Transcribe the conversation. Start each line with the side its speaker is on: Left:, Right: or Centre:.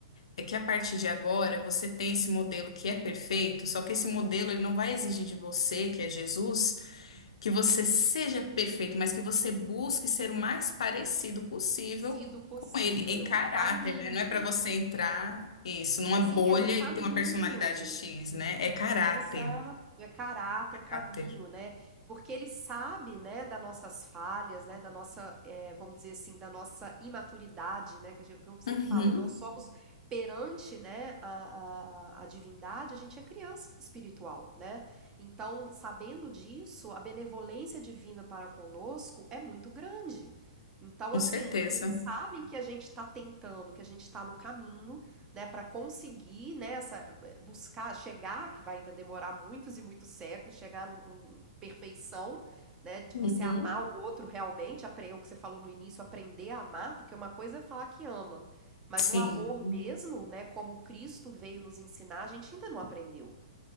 Left: é que a partir de agora você tem esse modelo que é perfeito, só que esse modelo ele não vai exigir de você, que é Jesus, que você seja perfeito, mas que você busque ser o mais parecido possível
Right: Sido possível,
Left: com ele em caráter,
Right: o caminho.
Left: né? Não é para você entrar isso numa
Right: Sim,
Left: bolha
Right: é no caminho.
Left: e ter uma personalidade X, né? É caráter,
Right: Exato, <laughs> é caráter,
Left: caráter.
Right: é caminho, né. Porque ele sabe, né, das nossas falhas, né, da nossa, eh, vamos dizer assim, da nossa imaturidade, né, que a gen que eu sempre
Left: Uhum,
Right: falo, nós somos perante, né, a a a divindade, a gente é criança espiritual, né. Então, sabendo disso, a benevolência divina para conosco é muito grande. Então,
Left: com
Right: assim,
Left: certeza.
Right: eles sabem que a gente está tentando, que a gente está no caminho, né, para conseguir, né, essa buscar chegar, que vai ainda demorar muitos e muitos séculos, chegar numa perfeição, né, de
Left: Uhum.
Right: você amar o outro realmente, apre- é o que você falou no início, aprender a amar, porque uma coisa é falar que ama, mas
Left: Sim,
Right: o amor mesmo, né, como Cristo veio nos ensinar, a gente ainda não aprendeu.